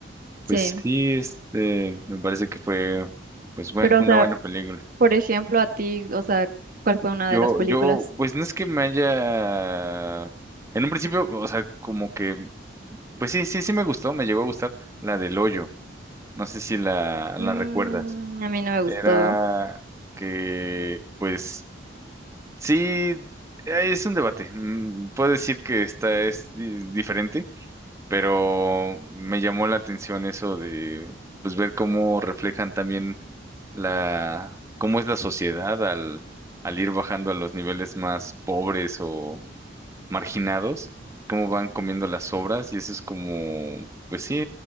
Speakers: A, on the right; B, on the right.
A: Sí.
B: Pues sí, este, me parece que fue, pues bueno,
A: Pero,
B: una
A: o sea,
B: buena película.
A: por ejemplo, a ti, o sea, ¿cuál fue una
B: Yo,
A: de las películas?
B: yo, pues no es que me haya, en un principio, o sea, como que, pues sí, sí, sí me gustó, me llegó a gustar la del hoyo. No sé si la, la
A: Mm,
B: recuerdas.
A: a mí no me
B: Era
A: gustó.
B: que, pues Sí, eh, es un debate. Mm, Puedo decir que esta es di- diferente, pero me llamó la atención eso de pues ver cómo reflejan también la cómo es la sociedad al al ir bajando a los niveles más pobres o marginados, cómo van comiendo las obras y eso es como pues sí,